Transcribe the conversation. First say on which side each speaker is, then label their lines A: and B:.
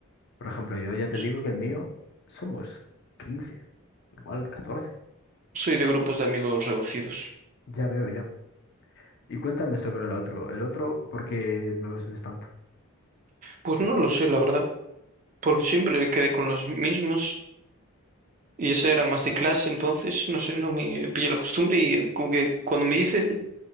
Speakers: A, on the left; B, on the right.
A: Por ejemplo, yo ya te
B: S-
A: digo que el mío somos 15 igual catorce
B: Soy de grupos de amigos reducidos.
A: Ya veo, ya. Y cuéntame sobre el otro. El otro, ¿por qué no los ves tanto?
B: Pues no lo sé, la verdad. porque siempre quedé con los mismos y ese era más de clase, entonces no sé, no me pillé la costumbre y como que cuando me dicen